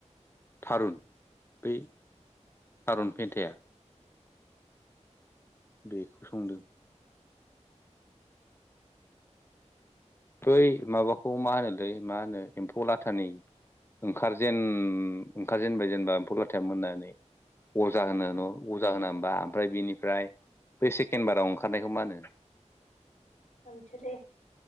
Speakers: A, on the left; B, on the left.
A: थारुन बै थारुन पेन्थाया बेखौ संदों। बै माबाखौ मा होनोलै मा होनो एम्फौ लाथानि ओंखारजेन ओंखारजेनबाय जेनेबा एम्फौ लाथाया मोननानै अजा होनो न' अजा होना <unintelligible> बिनिफ्राय बे सेकेण्ड बाराव ओंखारनायखौ मा होनो?
B: आं मिथिया लै।